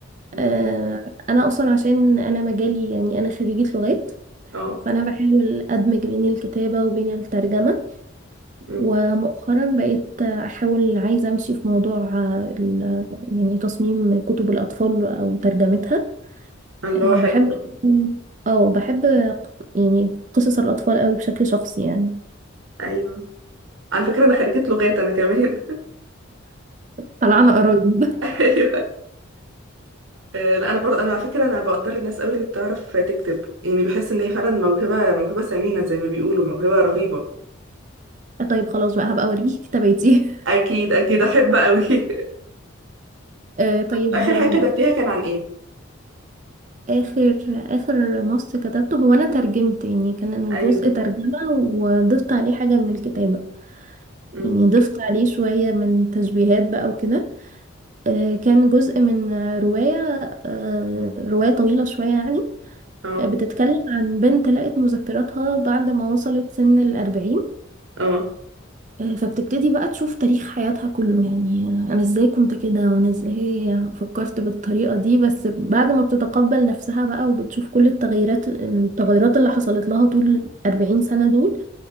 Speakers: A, on the right (about 70°); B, on the right (about 35°).
A: مم.
B: آه، انا اصلا عشان انا مجالي يعني انا خريجه لغات
A: اه
B: فانا بحاول ادمج بين الكتابه وبين الترجمه
A: مم.
B: ومؤخرا بقيت احاول عايزه امشي في موضوع آه، ال- يعني تصميم كتب الاطفال او ترجمتها
A: الله
B: أه
A: حلو
B: بحب
A: ده
B: اه بحب يعني قصص الأطفال قوي بشكل شخصي يعني
A: ايوه على فكرة أنا خريجة لغات أنا كمان
B: طلعنا قرايب
A: <laughs> ايوه آه، لا انا برضه انا على فكره انا بقدر الناس قوي اللي بتعرف تكتب يعني بحس ان هي فعلا موهبه موهبه ثمينه زي ما بيقولوا موهبه رهيبه
B: <laughs> طيب خلاص بقى هبقى أوريكي <laughs> كتاباتي
A: اكيد اكيد احب قوي <laughs>
B: أه طيب
A: اخر
B: أم،
A: حاجه كتبتيها كان عن ايه
B: آخر آخر نص كتبته هو أنا ترجمت يعني كان
A: ايوه
B: جزء ترجمة وضفت عليه حاجة من الكتابة
A: أم،
B: يعني ضفت عليه شوية من تشبيهات بقى وكده أه كان جزء من رواية أه رواية طويلة شوية يعني
A: اه
B: آه، بتتكلم عن بنت لقت مذكراتها بعد ما وصلت سن الأربعين
A: اه
B: آه، فبتبتدي بقى تشوف تاريخ حياتها كله يعني آه، انا ازاي كنت كده وانا ازاي فكرت بالطريقة دي بس بعد ما بتتقبل نفسها بقى وبتشوف كل التغيرات التغيرات اللي حصلت لها طول 40 سنة دول